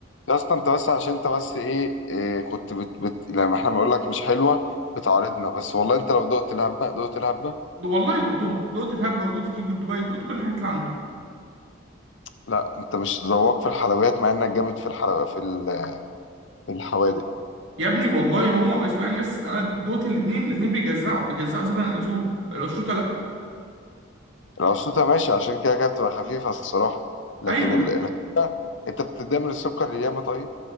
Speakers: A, on the left (about 70°); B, on the right (about 70°).
A: يا اسطى انت بس عشان انت بس ايه, إيه كنت بت بت لما احنا بنقول لك مش حلوه بتعارضنا بس والله انت لو دقت الهبه دقت الهبه
B: ده والله دقتهم دقت الهبه ودقت كيكو دبي دقت كل الحاجات اللي عنده
A: لا انت مش ذواق في الحلويات مع انك جامد في الحلويات في, ال- في الحوادق
B: يا ابني والله هو اسمعني بس انا دقت الاثنين الاثنين بيجزعوا بيجزعوا زياده عن اللزوم الاسيوطه لا
A: القشطوطه ماشي عشان كده كده بتبقى خفيفه الصراحه لكن
B: ايوه
A: ال... ال... انت بتتضايق من السكر اللي ياما طيب